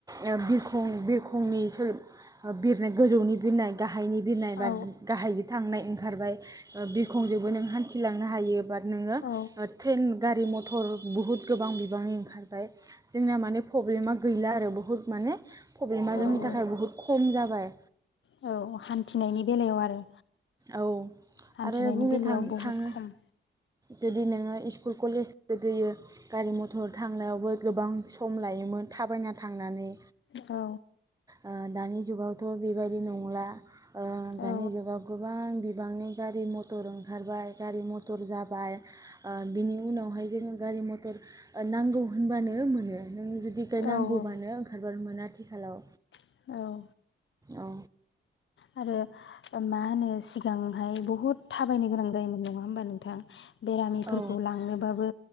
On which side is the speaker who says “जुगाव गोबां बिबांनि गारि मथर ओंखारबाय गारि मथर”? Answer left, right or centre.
Right